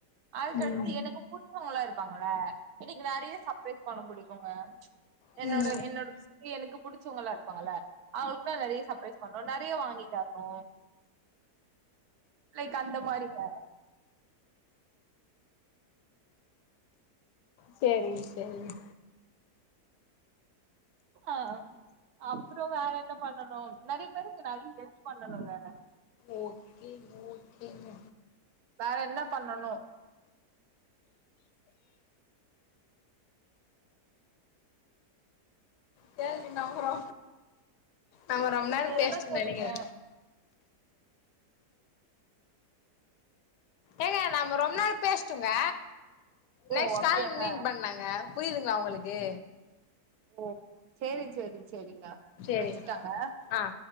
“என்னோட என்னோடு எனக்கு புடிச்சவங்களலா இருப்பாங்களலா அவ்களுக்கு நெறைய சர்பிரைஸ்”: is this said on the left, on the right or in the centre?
Right